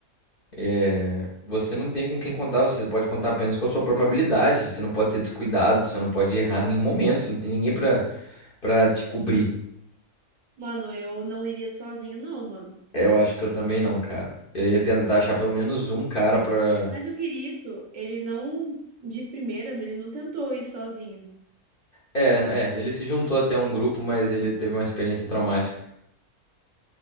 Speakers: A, on the left; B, on the right.
A: É, você não tem com quem contar, você pode contar apenas com a sua própria habilidade. Você não pode ser descuidado, você não pode errar em nenhum momento, você não tem ninguém pra, pra te cobrir.
B: Mano, eu não iria sozinho, não, mano.
A: É, Eu acho que eu também não, cara. Eu ia tentar achar pelo menos um cara pra.
B: Mas o Kirito, ele não, de primeira, né, ele não tentou ir sozinho.
A: É, é, ele se juntou até a um grupo, mas ele teve uma experiência traumática.